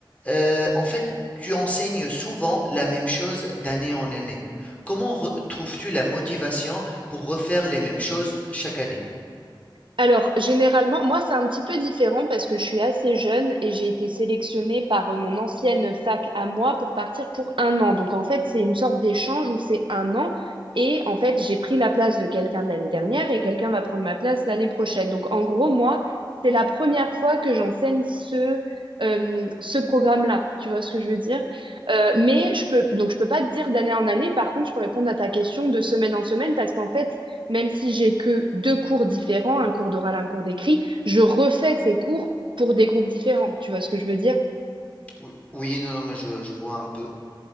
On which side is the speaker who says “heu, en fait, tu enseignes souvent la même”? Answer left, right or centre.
Left